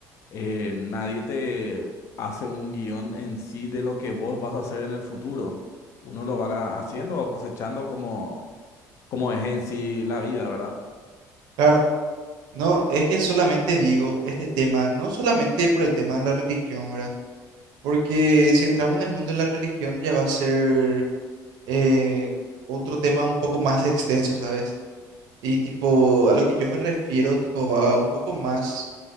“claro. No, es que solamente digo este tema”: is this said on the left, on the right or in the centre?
Right